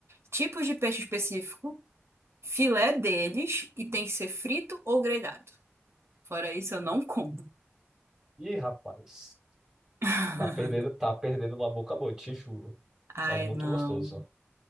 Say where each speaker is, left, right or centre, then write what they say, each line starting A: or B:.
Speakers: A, on the right (about 75°); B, on the right (about 15°).
A: tipos de peixe específico, filé deles, e tem que ser frito ou grelhado. Fora isso, eu não como.
B: Ih, rapaz,
A: <laughs>
B: tá perdendo, tá perdendo uma boca boa, te juro.
A: Ai,
B: É muito
A: não.
B: gostoso.